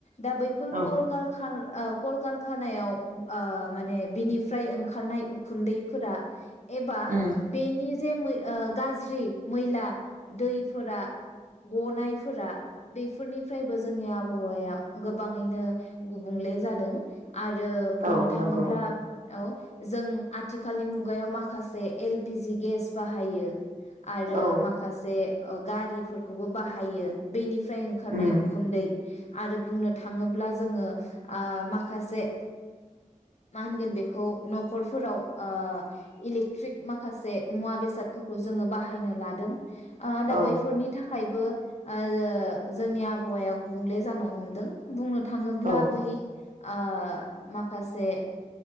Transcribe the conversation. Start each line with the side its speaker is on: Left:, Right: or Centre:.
Left: दा बैफोर
Right: औ
Left: कल कार खार ओह कल कार खानायाव ओह माने बिनिफ्राय ओंखारनाय उखुन्दैफोरा। एबा
Right: उम
Left: बेनिजे मै ओह। गाज्रि मैला दैफोरा गनायफोरा बेफोरनिफ्रायबो जोंनि आबहावाया गोबाङैनो गुबुंलेजादों। आरो बुंनोथाङोब्ला
Right: औ नंगौ
Left: औ। जों आथिखालनि मुगायाव माखासे एल पि जि गेस बाहायो। आरो
Right: औ
Left: माखासे। ओह गारिफोरखौबो बाहायो बेनि फ्राय ओंखारनाय
Right: उम
Left: उखुन्दै। आरो बुंनोथाङोब्लाजोङो आह माखासे माहोनगोनबेखौ नखरफोराव ओह इलेक्ट्रिक माखासे मुवा बेसादफोर खौजोङो बाहायनोलादों। ओह दा
Right: औ
Left: बैफोरनि थाखायबो। ओह जोंनि आबहावाया गुबुंले जानोहमदों बुंङो थाङोब्ला
Right: औ
Left: बै ओह माखासे